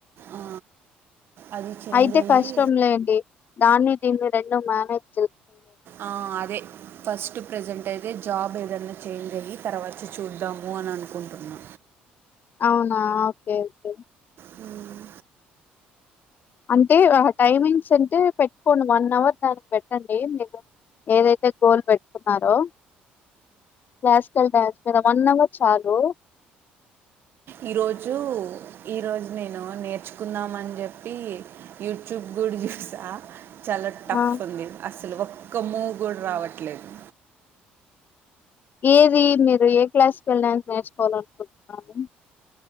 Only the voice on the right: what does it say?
ఆ, అది చేంజ్
అయ్యి
ఆ అదే ఫస్ట్ ప్రజెంట్ అయితే జాబ్ ఏదన్నా చేంజ్ అయ్యీ తర్వాత చూద్దాము అని అనుకుంటున్నా
మ్మ్
ఈ రోజూ ఈ రోజు నేను నేర్చుకుందామని చెప్పి యూట్యూబ్ కూడ చూసా చాల టఫ్
ఉంది అస లు ఒక్క మూవ్ కూడ రావట్లేదు